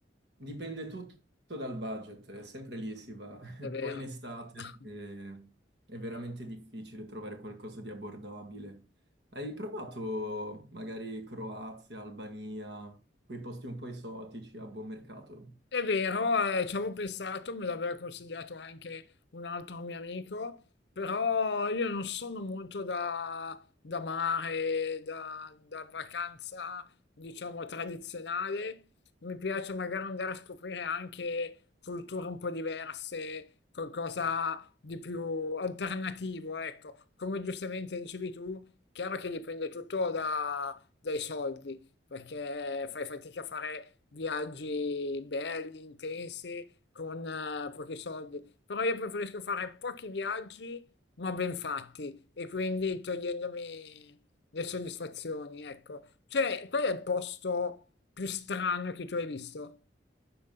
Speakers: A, on the right; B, on the left.
A: dipende tutto dal budget, è sempre lì si va.
B: Davvero?
A: <laughs> Poi in estate
B: <laughs>
A: eh, è veramente difficile trovare qualcosa di abbordabile. Hai provato magari Croazia, Albania, quei posti un po' esotici a buon mercato?
B: È vero, eh, ci avevo pensato, me l'aveva consigliato anche un altro mio amico, però io non sono molto da, da mare, da, da vacanza, diciamo, tradizionale. Mi piace magari andare a scoprire anche culture un po' diverse, qualcosa di più alternativo, ecco. Come giustamente dicevi tu, chiaro che dipende tutto da- dai soldi perché fai fatica a fare viaggi belli, intensi, con eh, pochi soldi. Però io preferisco fare pochi viaggi, ma ben fatti, e quindi togliendomi le soddisfazioni, ecco. Cioè, qual è il posto più strano che tu hai visto?